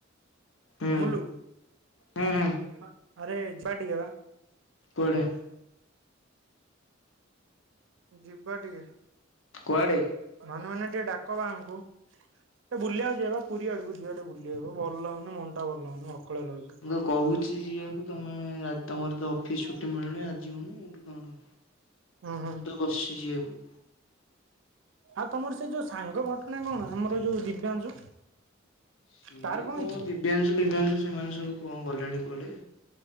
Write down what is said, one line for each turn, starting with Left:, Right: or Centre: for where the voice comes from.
Left: ହୁଁ
Right: ଅମୁଲୁ
Left: ହୁଁ
Right: ହୁଁ ଆରେ ଯିବା ଟିକେବା।
Left: କୁଆଡେ?
Right: ଯିବା ଟିକେ।
Left: କୁଆଡ଼େ?
Right: ମନେ ମନେ ଟିକେ ଡାକବା ଆମୁକୁ। ସେ ବୁଲିବାକୁ ଯିିବା ବା ପୁରୀ ଆଡକୁ ଯିବା ଟିକେ ବୁଲିବାକୁ ଭଲ ଲାଗୁନି ମନ ଟା ଭଲ ଲାଗୁନି ଅକଳିଆ ଲାଗୁଛି।
Left: ମୁଁ ତ କହୁଛି ଯିବାକୁ ତମେ ତମର ତ ଅଫିସ୍ ଛୁଟି ମିଳୁନି ଆଜି ଯିବୁ କଣ?
Right: ହୁଁ ହୁଁ।
Left: ତ ବସଛି ଯିଆକୁ।
Right: ଆଉ ତମର ସେ ଯୋଉ ସାଙ୍ଗ ଘଟଣା କଣ ଆମର ଯୋଉ ଦିବ୍ୟାଂଶୁ।
Left: ସିଏ
Right: ତାର
Left: କଣ
Right: ହେଇଛି?
Left: ଦିବ୍ୟାଂଶୁ ଦିବ୍ୟାଂଶୁ ସେମାନେ ସବୁ କଣ ଗଲେଣି କୁଆଡେ।